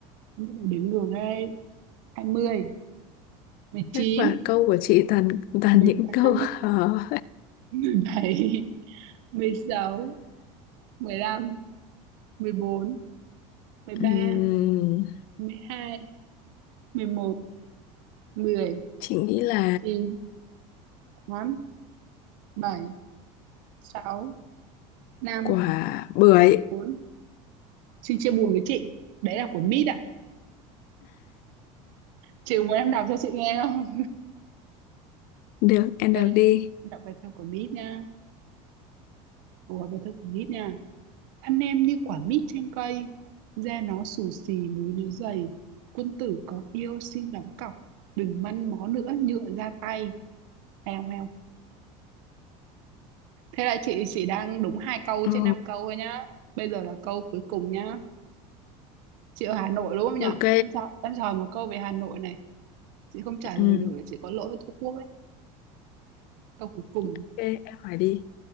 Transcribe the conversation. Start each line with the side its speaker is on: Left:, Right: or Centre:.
Right: Em bắt đầu đếm ngược đây. hai mươi, mười chín,
Left: các và câu của chị toàn toàn
Right: mười
Left: những
Right: tám,
Left: <laughs> câu khó
Right: mười bảy. mười sáu, mười lăm, mười sáu, bốn, mười ba,
Left: Ừm,
Right: mười hai, mười một, mười
Left: chị nghĩ là
Right: chín, tám, bảy, sáu, năm,
Left: quả bưởi
Right: bốn. Xin chia buồn với chị. Đấy là của Mít ạ. Chị muốn em đọc cho chị nghe không?
Left: được
Right: <laughs>
Left: em
Right: Đây,
Left: đọc đi
Right: em đọc bài thơ của Mít nha. Ủa, bài thơ của Mít nha. Thân em như quả mít trên cây, da nó xù xì, múi nó dày. Quân tử có yêu xin đóng cọc, đừng măn mó nữa nhựa ra tay. Hay không, hay Thế là chị chỉ đang đúng hai câu
Left: ồ
Right: trên năm câu thôi nhá. Bây giờ là câu cuối cùng nhá. Chị ở Hà Nội đúng không nhở?
Left: ok
Right: Em sợ em sợ một câu về Hà Nội này. Chị không trả lời
Left: Ừm,
Right: được là chị có lỗi với Tổ quốc đấy. Câu cuối cùng.
Left: ok em hỏi đi